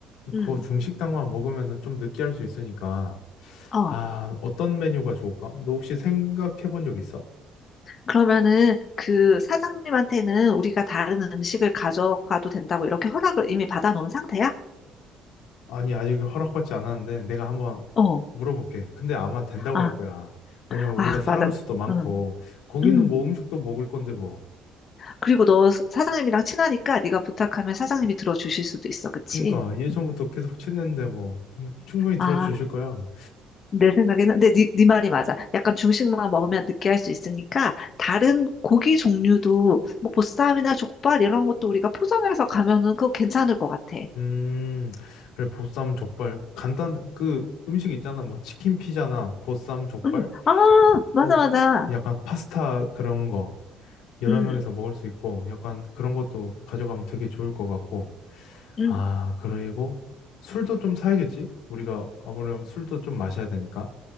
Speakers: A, on the left; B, on the left.
A: 음.
B: 그거 중식당만 먹으면은 좀 느끼할 수 있으니까.
A: 어.
B: 아, 어떤 메뉴가 좋을까? 너 혹시 생각해 본 적 있어?
A: 그러면은 그 사장님한테는 우리가 다른 음식을 가져가도 된다고 이렇게 허락을 이미 받아놓은 상태야?
B: 아니, 아직 허락받지 않았는데 내가 한번
A: 어.
B: 물어볼게. 근데 아마 된다고
A: 아,
B: 할 거야. 왜냐면 우리가
A: 아,
B: 사람
A: 맞아.
B: 수도 많고
A: 음.
B: 거기는
A: 음.
B: 뭐 음식도 먹을 건데 뭐.
A: 그리고 너 사장님이랑 친하니까 네가 부탁하면 사장님이 들어주실 수도 있어. 그치?
B: 그러니까 예전부터
A: 음.
B: 계속 친했는데 뭐 음, 충분히 들어주실
A: 아,
B: 거야.
A: 내 생각에는 근데 네, 네 말이 맞아. 약간 중식만 먹으면 느끼할 수 있으니까 다른 고기 종류도 뭐 보쌈이나 족발 이런 것도 우리가 포장해서 가면은 그거 괜찮을 것 같아.
B: 음, 그래 보쌈 족발 간단 그 음식 있잖아. 뭐 치킨 피자나 보쌈 족발
A: 음, 아 맞아
B: 또
A: 맞아.
B: 약간 파스타 그런 거 여러
A: 음,
B: 명이서 먹을 수 있고 약간 그런 것도 가져가면 되게 좋을 것 같고.
A: 음.
B: 아, 그리고 술도 좀 사야겠지? 우리가 아무래도 술도 좀 마셔야 되니까.